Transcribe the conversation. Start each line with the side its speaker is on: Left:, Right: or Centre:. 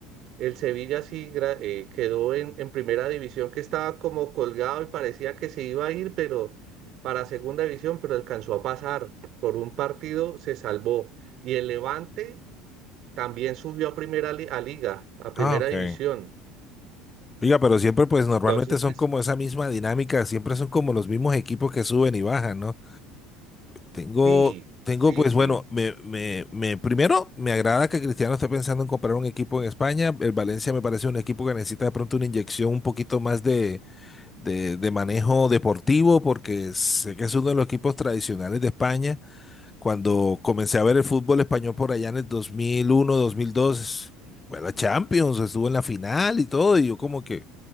Right: El Sevilla sí gra- eh, quedó en, en primera división, que estaba como colgado y parecía que se iba a ir, pero para segunda división, pero alcanzó a pasar. Por un partido se salvó. Y el Levante también subió a primera li- a liga, a primera
Left: Ah, ok.
Right: división.
Left: Oiga, pero siempre pues normalmente
Right: Entonces,
Left: son
Right: pues
Left: como esa misma dinámica, siempre son como los mismos equipos que suben y bajan, ¿no? Tengo,
Right: sí,
Left: tengo
Right: sí,
Left: pues
Right: sí.
Left: bueno, me, me, me, primero me agrada que Cristiano esté pensando en comprar un equipo en España. El Valencia me parece un equipo que necesita de pronto una inyección un poquito más de de, de manejo deportivo, porque sé que es uno de los equipos tradicionales de España. Cuando comencé a ver el fútbol español por allá en el 2001, 2002, fue la Champions, estuvo en la final y todo, y yo como que